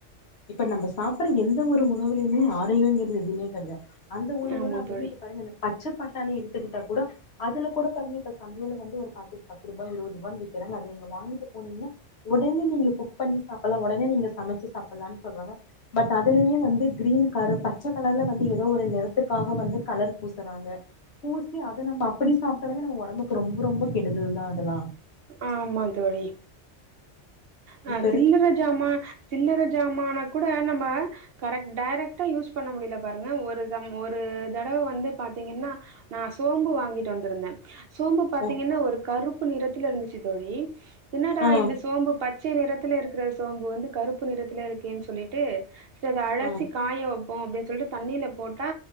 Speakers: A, on the left; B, on the right.
A: இப்ப நம்ம சாப்பட்ற எந்த ஒரு உணவுலியுமே ஆரோக்கியங்கறது எதுவுமே கடையாத் அந்த உணவு
B: ஆமா
A: தா அப்டின்னு
B: தோழி
A: இப்ப பாருங்க அந்த பச்ச பட்டாணி எடுத்துக்கிட்டா கூட அதுல கூட பாருங்க இப்ப சந்தையில வந்து ஒரு பாக்கெட் பத்து ரூபாய் இருபது ரூபாயனு விறக்கிறாங்க அதை நீங்க வாங்கிட்டு போனீங்கின்னா உடனே நீங்க குக் பண்ணி சாப்பிடலாம் உடனே நீங்க சமைச்சு சாப்பிடலாம்னு சொல்றாங்க பட் அதுலயுமே வந்து கிரீன் கர் பச்சை கலர்ல வந்து ஏதோ ஒரு நிறத்துக்காக வந்து கலர் பூசுறாங்க பூசி அதை நம்ம அப்டி சாப்பிட்டாலமே நம்ம உடம்புக்கு ரொம்ப ரொம்ப கெடுதல் தான் அதெல்லாம்
B: ஆ ஆமா தோழி அ
A: இப்ப
B: திங்கிறது
A: இருக்கு
B: ந்தோமா சில்லற ஜாமான கூட நம்ம கரெக்ட் டைரக்ட்டா யூஸ் பண்ண முடியல பாருங்க ஒரு ஒரு தடவை வந்து பாத்தீங்கன்னா நான் சோம்பு வாங்கிட்டு வந்திருந்தே சோம்பு பாார்த்தீங்கன்னா
A: ஓ
B: ஒரு கருப்பு நிறத்துல இருந்துச்சு தோழி என்னடா
A: ஆ
B: இந்த சோம்பு பச் பச்சை நிறத்துல இருக்கிற சோம்பு வந்து கருப்பு நிறத்துல இருக்கேன்னு சொல்லிட்டு சேரி அதையாச்சி
A: ஆ
B: காய ப்போம் அப்டின்னு சொல்ட்டு தண்ணியில் போட்டா